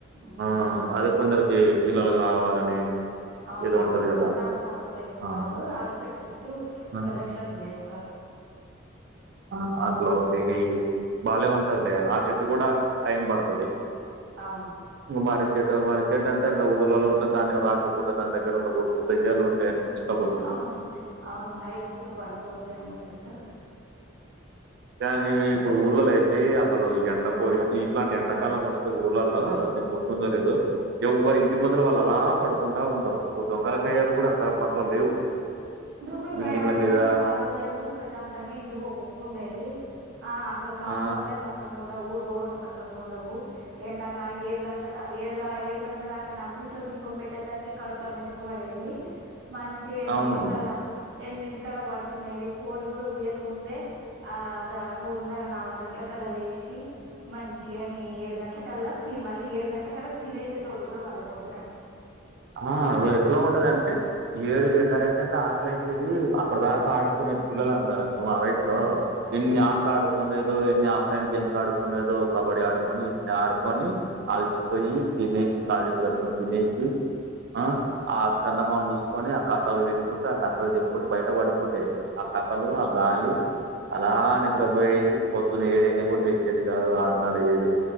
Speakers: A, on the right; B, on the right.
A: ఉ
B: ఆ అదే కొందరికి పిల్లలు కావాలని
A: <inaudible> అవును
B: ఏదో
A: అవును
B: ఉంటది కదా
A: సంతాన సమస్యలు ఉన్న
B: ఆ
A: వాళ్ళు రావిచట్టు చుట్టూ
B: ఆ
A: ప్రదక్షిణలు చేస్తారు
B: ఆ అట్లా
A: అవును
B: ఒక ఈ భలే ఉంటదిలే ఆ చెట్టు కూడాడా టైం పడుతది
A: అవును
B: ఇంగా మరి చెట్ మరి చెట్టు అంటే అ ఊళ్లలో ఉంటుంది దాన్ని రాత్రి పూట దాని దగ్గర ఉండకూడదు దయ్యాలు ఉంటాయని పిచ్చి కబుర్లు
A: అవును అవును నైట్ పూట పడుకోవద్ద అని కూడా చెప్తారు
B: కానీ
A: అవును
B: ఇప్పుడు ఊర్లోలో ఐ అతే అసలు ఎండపో ఇట్లాంటి ఎండాకాలం వస్తే ఊర్లల్లో నీకు గుర్తుందో లేదు ఎవ వరి ఇంటి ముందులు వాళ్ళు అలా పడుకుంటా ఉంటారు ఇప్పుడు దొంగల బయ్యాలు కూడా అంత పట్లో లేవు
A: దొంగలు
B: బిల్డింగ్ల
A: భయాలు లేవు
B: మీద
A: పాారు లేవు ప్రశాంతంగా ఇంటికి ఓ కుక్క ఉండేది ఆ అసలు కాంపౌండ్లే
B: ఆ
A: చక్కంగా ఉండవు దోర్లు సక్కగా ఉండవు ఎండాక ఏడు గంటల ఏ ఏడు గంటల దాకా నా గూట్లో దీపం పెట్ పెట్టేసరికి కడుపుల మెతుకుబడేది మంచిగా ఎనిమిదింటికల్లా.
B: అవును
A: ఎనిమిదింటికల్లా పడుకునేది. కోడి కూడా గుయక ముందే ఆ ద మూడున్నర, నాలుగు గంటల క. ల్లా లేసి మంచిగాని ఏడు గంట్ల కల్లా, తి మళ్ళీ ఏడు గంట్ల కల్లా తినేసేటోళ్ళు కూడా మళ్ళీ. పొద్దునట్టు.
B: ఆ ఎట్లా ఉండేదంటే ఏడు, ఎన్నర అయితంటే ఆకలి వేసేది అప్పటిదాకా ఆడుకు. మేం పిల్లలం కద మేము ఆ వయసు. లో
A: అదే
B: ఎన్ని ఆటలు ఆడుకునేదో, ఎన్ని ఆఫ్లైన్ గేమ్స్ ఆడుకుండెదొ కబడ్డీ ఆడు. కొని, ఎన్ని ఆడుకొని అలసిపోయి తినేసి కాల్, జెతులు కడుకొని తినేసి. ఆ ఆ చందమామ చూసుకొని ఆ కథలు విన్. కుంట ఆ కథలు చెప్పుకుంటూ బయట పడుకుంటే ఆ కథలు, ఆ గాలి. అలా నిద్రపోయేది పొద్దున్న ఏడయినా కూడా లేచేది కాదు ఆరున్నర, ఏడు.